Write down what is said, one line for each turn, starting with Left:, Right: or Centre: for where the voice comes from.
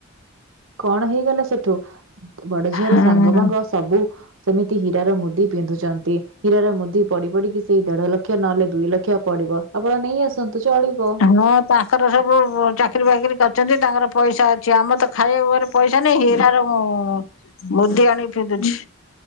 Right: କଣ ହେଇଗଲା ସେଠୁ ବଡ ଝିଅର
Left: ହୁଁ।
Right: ସାଙ୍ଗ ବାଙ୍ଗ ସବୁ। ସେମିତି ହୀରାର ମୁଦି ପିନ୍ଧୁଚନ୍ତି ହୀରାର ମୁଦି ପଡି ପଡିକି ସେଇ ଦେଢ ଲକ୍ଷ ନହେଲେ ଦୁଇ ଲକ୍ଷ। ପଡିବ ଆପଣ ନେଇ ଆସନ୍ତୁ ଚଳିବ।
Left: ହଁ ତାଙ୍କର ସବୁ ବ ଚାକିରୀ ବାକିରି କରିଛନ୍ତି ତାଙ୍କର ପଇସା ଅଛି ଆମ ର ତ ଖାଇବାକୁ ଘରେ। ପଇସା ନାଇଁ ହୀରାର ମୁଁ ମୁଦି ଆଣି କି ପିନ୍ଧୁଛି।